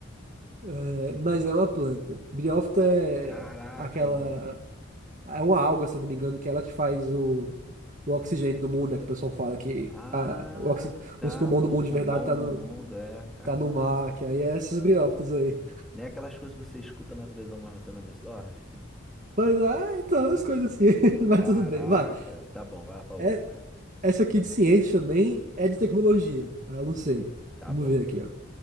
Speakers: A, on the right (about 40°); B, in the centre.
A: É, mas é uma planta. Briófita é
B: Caraca,
A: aquela
B: mano.
A: É uma alga, se eu não me engano, que é ela que faz o, o oxigênio do mundo, né? Que o pessoal fala que
B: Ah,
A: a- o oxi-
B: tá.
A: os pulmões do
B: O
A: mundo
B: pulmão
A: de verdade tá
B: do
A: no,
B: mundo, é. Caramba.
A: tá no mar, que aí é essas briófitas aí.
B: Nem aquelas coisas que você escuta na televisão, mas você não absorve.
A: Mas, ah, então, as coisas assim. <laughs>
B: <laughs>
A: Mas
B: Caraca.
A: tudo bem, vai.
B: Tá bom, vai lá pra outra.
A: É, essa aqui de ciência também é de tecnologia. Ah, eu não sei.
B: Tá
A: Vamos
B: bom.
A: ver aqui, ó.